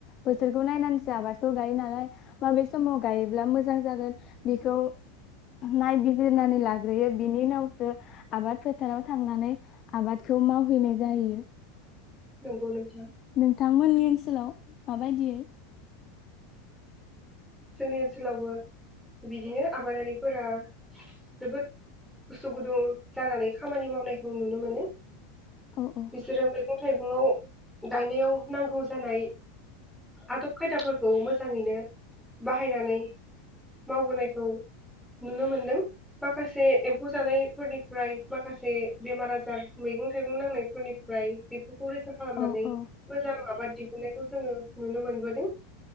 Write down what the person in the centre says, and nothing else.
नोंगौ नोंथ
जोंनि ओनसोलावबो बिदिनो आबादारिफोरा जोबोद गोसो गुदुं जानानै खामानि मावनायखौ नुनो मोनो,
बिसोरो मैगं मैगं थाइगं गायनायाव नांगौ जानाय आदब खायदाफोरखौ मोजाङैनो, बाहायनानै मावबोनायखौ नुनो मोनदों माखासे एम्फौ जानायफोरनिफ्राय माखासे बेमार आज जार मैगं थाइगं नांनाय फोरनिफ्राय बिब फोरखौ रैखा खालामनानै
मोजां आबाद दि नुनायखौ जोङो नुनो मोनबोदों,